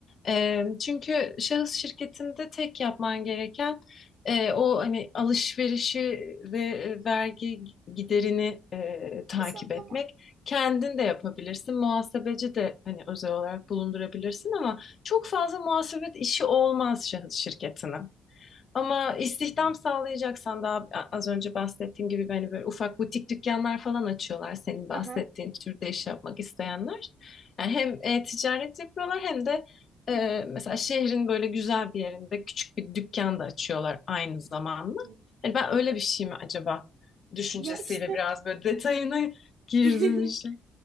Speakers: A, on the left; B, on the right.
A: E, çünkü şahıs şirketinde tek yapman gereken e, o hani alışverişi ve e, vergi giderini e, takip
B: Hesaplamak.
A: etmek. Kendin de yapabilirsin. Muhasebeci de hani özel olarak bulundurabilirsin ama çok fazla muhasebet işi olmaz şahıs şirketinin. Ama istihdam sağlayacaksan daha az önce bahsettiğim gibi hani böyle ufak butik dükkanlar falan açıyorlar senin bahsettiğin
B: Aha.
A: türde iş yapmak isteyenler. Yani hem e, ticaret yapıyorlar hem de e,
B: Hmm,
A: mesela şehrin böyle güzel bir yerinde küçük bir dükkan da açıyorlar aynı zamanda.
B: anladım.
A: Hani ben öyle bir şey mi acaba düşüncesiyle
B: Ya işte
A: biraz böyle detayına girdim
B: <laughs>
A: işin